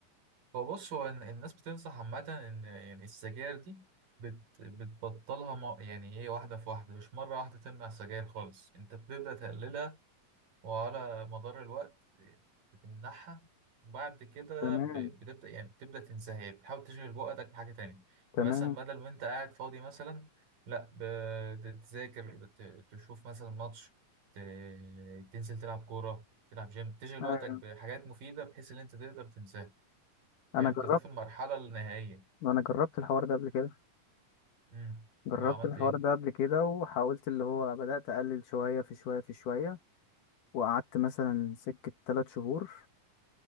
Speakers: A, on the right; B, on the left.
A: هو بص هو إن- الناس بتنصح عامة إن يعني السجاير دي بت بتبطلها ما يعني إيه واحدة في واحدة مش مرة واحدة تمنع السجاير خالص أنت بتبدأ تقللها وعلى مدار الوقت بتمنحها بعد كده
B: تمام
A: ب- بتبدأ يعني بتبدأ تنساها يعني بتحاول تشغل وقتك بحاجة تانية
B: تمام
A: يعني مثلا بدل ما انت قاعد فاضي مثلا لا بتذاكر ت- تشوف مثلا ماتش ت- تنزل تلعب كورة تلعب جيم تشغل
B: ايوه
A: وقتك بحاجات مفيدة بحيث ان انت تقدر تنساها فاهم
B: انا جربت
A: ده ده في المرحلة النهائية
B: انا جربت الحوار ده قبل كده
A: امم
B: جربت
A: وعملت
B: الحوار
A: ايه؟
B: ده قبل كده وحاولت اللي هو بدأت اقلل شوية في شوية في شوية وقعدت مثلا سكة تلات شهور